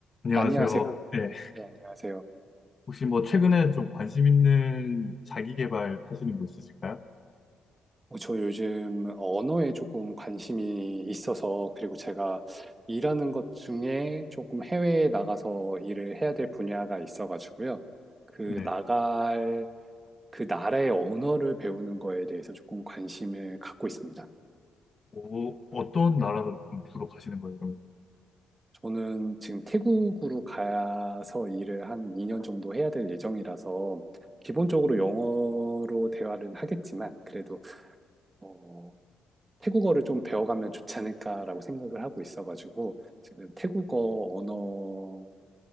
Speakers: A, on the left; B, on the right.
A: 안녕하세요.
B: 안녕하세요.
A: 안녕하세요. 네.
B: 네, 안녕하세요.
A: 혹시 뭐 최근에 좀 관심 있는 자기 개발 하시는 거 있으실까요?
B: 어, 저 요즘 언어에 조금 관심이 있어서, 그리고 제가 일하는 것 중에 조금 해외에 나가서 일을 해야 될 분야가 있어가지고요. 그
A: 네.
B: 나갈, 그 나라의 언어를 배우는 거에 대해서 조금 관심을 갖고 있습니다.
A: 오, 어떤 나라로 좀 주로 가시는 거예요? 그
B: 저는 지금 태국으로 가서 일을 한 2년 정도 해야 될 예정이라서, 기본적으로 영어로 대화를 하겠지만, 그래도 어, 태국어를 좀 배워가면 좋지 않을까라고 생각을 하고 있어가지고 지금 태국어 언어를